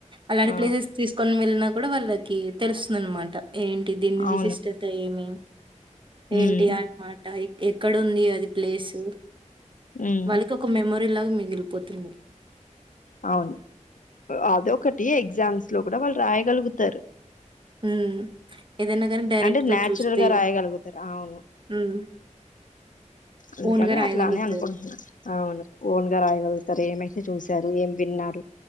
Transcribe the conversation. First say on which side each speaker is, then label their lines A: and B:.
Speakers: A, on the right; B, on the left.
A: అలాంటి
B: ఆ
A: ప్లేసెస్ తీసుకొని వెళ్ళినా కూడా వాళ్ళకి తెలుస్తుందనమాట ఏంటి దీని
B: అవును
A: విశిష్టత ఏమి ఏంటి
B: ఉమ్
A: అం ఆటా ఎక్కడ ఉంది అది ప్లేసు
B: ఉమ్
A: వాళ్ళకి ఒక మెమోరీ లాగా మిగ్ గిలిపోతుంది
B: అవును అదొకటి ఎగ్జామ్స్ లో కూడా వాళ్ళు రాయగలుగుతారు
A: హ్మ్ ఏదైనా గాని డైరెక్ట్‌గా
B: అంటే న్యాచురల్
A: చూస్తే
B: గా రాయగలుగుతారు ఆ అవును
A: హ్మ్.
B: అందుకని
A: ఓన్‌గా రాయగలుగుతారు.
B: అట్లానే అనుకుంటున్నా అవును ఓన్గా రాయగలుగుతారు ఏమైతే చూసి ఏం విన్నారు